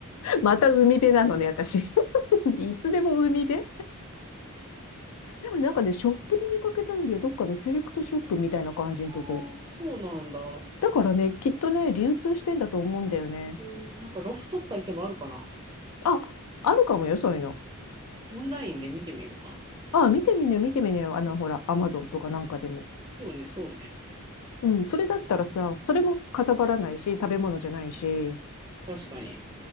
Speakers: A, on the left; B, on the right.
A: また海辺なのね、私。<laughs> いつでも海辺でもなんかね、ショップで見かけたんだよ。どっかのセレクトショップみたいな感じのとこ。
B: あーそうなんだ。
A: だからね、きっとね、流通してんだと思うんだよね。
B: えーなんかロフトとか行けばあるかな
A: あ、あるかもよ、そういうの。
B: オンラインで見てみようかな。
A: あ、見てみね、見てみねよ。あの、ほら、アマゾンとかなんかでも。
B: そうね、そうね。
A: うん、それだったらさ、それもかさばらないし、食べ物じゃないし。
B: 確かに。